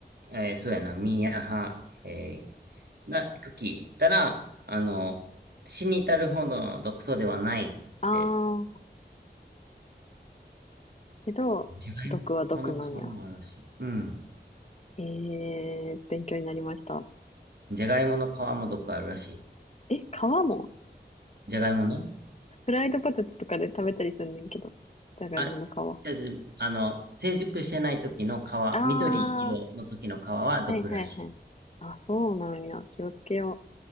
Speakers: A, on the right; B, on the left.
A: えーそうやな、ミヤハ、えー、な、クキたら、あの、死に至るほどの毒素ではないって、
B: あー、けど、
A: じゃがいもの皮もあるらしい。
B: 毒は毒なんや。
A: うん。
B: えー、勉強になりました。
A: じゃがいもの皮も毒あるらしいよ。
B: え、皮も
A: じゃがいもね。
B: フライドポテトとかで食べたりすんねんけど、じゃがいもの皮。
A: あ、
B: あ
A: じゃあ、じあの、成熟してない時の皮、
B: あ、は
A: 緑色の時の皮は毒らしい。
B: いはいはい。あ、そうなんや。気をつけよ